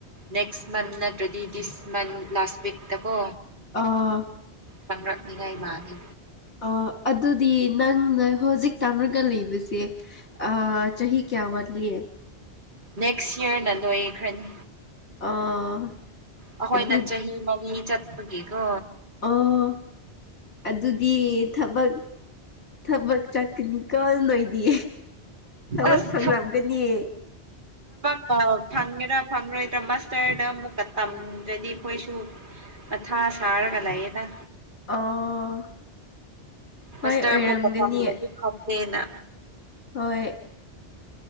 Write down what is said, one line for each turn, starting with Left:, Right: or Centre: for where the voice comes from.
Right: ꯅꯦꯛꯁ ꯃꯟ ꯅꯠꯇ꯭ꯔꯗꯤ ꯗꯤꯁ ꯃꯟ ꯂꯥꯁ ꯋꯤꯛꯇ ꯀꯣ
Left: ꯑꯥ
Right: ꯆꯉꯛꯅꯤꯉꯥꯏ ꯃꯥꯅꯦ
Left: ꯑ ꯑꯗꯨꯗꯤ ꯅꯪꯅ ꯍꯧꯖꯤꯛ ꯇꯥꯃꯔꯒ ꯂꯩꯕꯁꯦ ꯑ ꯆꯍꯤ ꯀꯌꯥ ꯋꯥꯠꯂꯤ
Right: ꯅꯦꯛꯁ ꯌꯔꯅ ꯂꯣꯏꯈ꯭ꯔꯅꯤ
Left: ꯑꯥ
Right: ꯑꯩꯈꯣꯏꯅ
Left: ꯑꯗꯨ
Right: ꯆꯍꯤ ꯃꯔꯤ ꯆꯠꯄꯒꯤꯀꯣ
Left: ꯑꯣ ꯑꯗꯨꯗꯤ ꯊꯕꯛ ꯊꯕꯛ ꯆꯠꯀꯅꯤꯀꯣ ꯂꯣꯏ ꯗꯤ ꯊꯕꯛ
Right: ꯑꯁ
Left: ꯐꯪꯂꯝꯒꯅꯤ
Right: ꯑ ꯐꯪꯒꯦꯔꯥ ꯐꯪꯔꯣꯏꯗ꯭ꯔꯥ ꯃꯁꯇꯔꯗ ꯑꯃꯨꯛꯀ ꯇꯝꯗ꯭ꯔꯗꯤ ꯑꯩꯈꯣꯏꯁꯨ ꯃꯊꯥ ꯁꯥꯔꯒ ꯂꯩꯌꯦꯗꯥ
Left: ꯑꯣ
Right: ꯃꯁꯇꯔ
Left: ꯍꯣꯏ ꯑꯣꯏꯔꯝꯒꯅꯤ
Right: ꯑꯃꯨꯛꯀ ꯇꯝꯕꯗꯤ ꯐꯈꯔꯦꯅ
Left: ꯍꯣꯏ